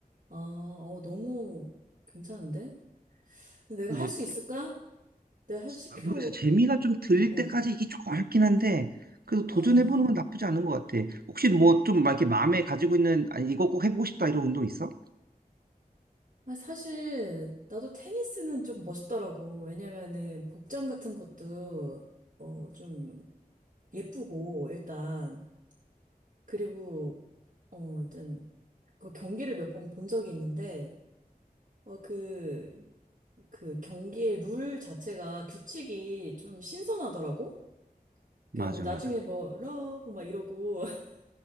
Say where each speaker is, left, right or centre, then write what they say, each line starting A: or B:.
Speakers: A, on the right (about 55°); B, on the right (about 75°).
A: 아, 어, 너무 괜찮은데? 근데 내가
B: 뭐
A: 할 수 있을까? 내가 한 10kg,
B: 아, 모르겠어요. 재미가 좀 들릴
A: 음, 어,
B: 때까지 이게 조금 어렵긴 한데, 그래도 도전해보는
A: 아.
B: 건 나쁘지 않은 것 같아. 혹시 뭐 좀 막 이렇게 마음에 가지고 있는, 아니, 이거 꼭 해보고 싶다 이런 운동 있어?
A: 아니, 사실, 나도 테니스는 좀 멋있더라고. 왜냐면은, 복장 같은 것도, 어, 좀 예쁘고, 일단. 그리고, 어, 일단, 그 경기를 몇 번 본 적이 있는데, 어, 그, 그 경기의 룰 자체가 규칙이 좀 신선하더라고?
B: 맞아,
A: 그 뭐 나중에
B: 맞아.
A: 뭐 러브 막 이러고 <laughs>